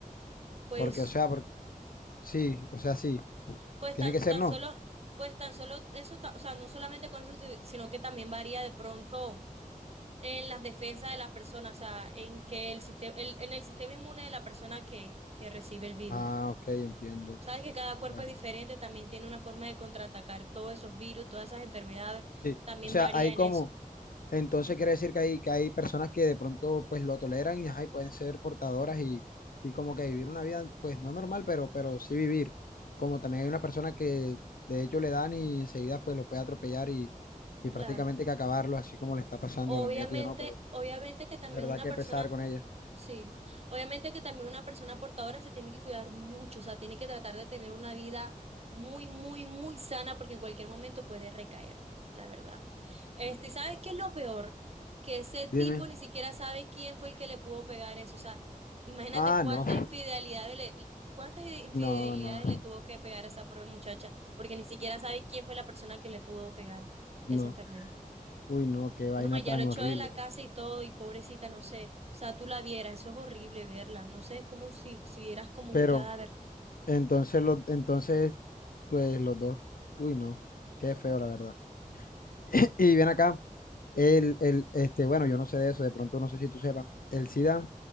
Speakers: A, on the right; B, on the left.
A: pues
B: porque, o sea, por- sí, o sea, sí,
A: Pues
B: tiene
A: tan,
B: que ser
A: tan
B: no.
A: solo, pues tan solo eso, ta- o sea, no solamente con eso, si- sino que también varía de pronto en las defensas de la persona, o sea, en que el sistema, en el sistema inmune de la persona que, que recibe el virus.
B: Ah, ok, entiendo,
A: Sabes que cada cuerpo
B: ya.
A: es diferente, también tiene una forma de contraatacar todos esos virus, todas esas enfermedades,
B: Sí,
A: también
B: o sea,
A: varía
B: hay
A: en
B: como
A: eso.
B: Entonces quiere decir que hay, que hay personas que de pronto pues lo toleran y, ajá, y pueden ser portadoras y, y como que vivir una vida pues no normal, pero, pero sí vivir. Como también hay una persona que de hecho le dan y enseguida pues lo puede atropellar y, y
A: Claro.
B: prácticamente que acabarlo, así como le está pasando
A: Obviamente,
B: a la amiga tuya, no, pero
A: obviamente que también
B: de verdad
A: una
B: que
A: persona
B: pesar con ella.
A: Sí, obviamente que también una persona portadora se tiene que cuidar mucho, o sea, tiene que tratar de tener una vida muy, muy, muy sana porque en cualquier momento puede recaer, la verdad. Este, ¿sabes qué es lo peor? Que ese tipo
B: Dime.
A: ni siquiera sabe quién fue el que le pudo pegar eso, o sea, imagínate
B: Ah,
A: cuántas
B: no,
A: infidelidades le, cuántas infidelidades
B: <laughs> no, no,
A: le tuvo que pegar a esa pobre muchacha porque ni siquiera sabe quién fue la persona que le pudo pegar
B: no.
A: esa enfermedad.
B: Uy, no, qué vaina
A: No,
B: tan
A: ya lo echó
B: horrible.
A: de la casa y todo, y pobrecita, no sé. O sea, tú la vieras, eso es horrible verla. No sé, es como si, si vieras como
B: Pero
A: un cadáver.
B: entonces, los entonces pues los dos, uy, no, qué feo la verdad. <clears throat> Y bien acá. El, el, este, bueno, yo no sé de eso, de pronto no sé si tú sepas. El SIDA